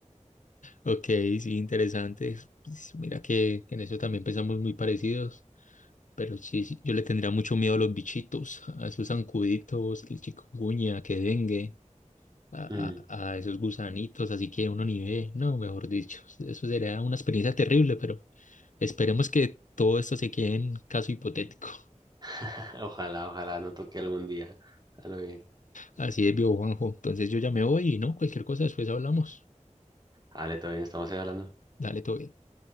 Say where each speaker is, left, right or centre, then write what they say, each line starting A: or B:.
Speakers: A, on the left (about 85°); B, on the right (about 35°).
A: ok, sí, interesante. Pues Mira que en eso también pensamos muy parecidos, pero sí, sí, yo le tendría mucho miedo a los bichitos, a esos zancuditos, que el chikungunya, que dengue, a,
B: Mm,
A: a, a esos gusanitos, así que uno ni ve, no, mejor dicho, eso sería una experiencia terrible, pero esperemos que todo esto se quede en caso hipotético.
B: <laughs> Ojalá, ojalá no toque algún día. A lo bien.
A: Así es, viejo Juanjo. Entonces yo ya me voy y no, cualquier cosa después hablamos.
B: Vale, todo bien, estamos ahí hablando.
A: Dale, todo bien.